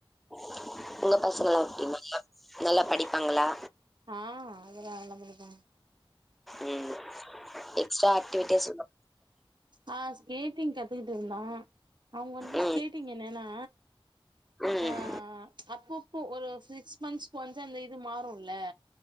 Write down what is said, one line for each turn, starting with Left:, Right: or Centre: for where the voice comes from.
Centre: <inaudible> உங்க பசங்க எல்லா எப்டி <unintelligible> நல்லா படிப்பாங்களா
Right: ஆ அதல்லா நல்ல படிப்பாங்க
Centre: ம் எக்ஸ்ட்ரா ஆக்டிவிட்டிஸ்
Right: ஆ ஸ்கேட்டிங் கத்துட் டு நா அவங்க வந்து
Centre: ம்
Right: ஸ்கேட்டிங் என்னன்னா
Centre: ம்
Right: ஆஹ் அப்பப்போ ஒரு சிக்ஸ் மன்த்ஸ் ஒன்ஸ் அந்த இது மாறும்ல